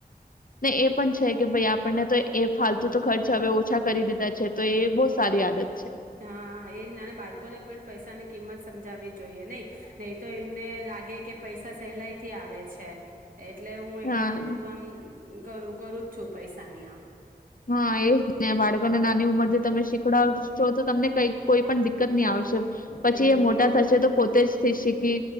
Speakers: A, on the left; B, on the right.
A: ને એ પણ છે કે ભાઈ આપણને તો એ ફાલતુ તો ખર્ચ હવે ઓછા કરી દીધા છે તો એ બહ સારી આદત. છે.
B: હા એ જ નાના બાળકોને પણ પૈસાની કિંમત સમજાવવી જોઈએ નહી, નહી તો એમને લાગે કે પૈસા સહેલાઈથી આવે છે. એટલે હું એમને
A: હા
B: થોડું આમ કરું કરું છું પૈસા ની આમ.
A: હા એજ ને બાળકોને નાની ઉંમર થી તમે શીખડ છો તો તમને કઈ કોઈ પણ દ નહી આવશે, પછી
B: હમ
A: એ મોટા થશે તો પોતે જ શીખી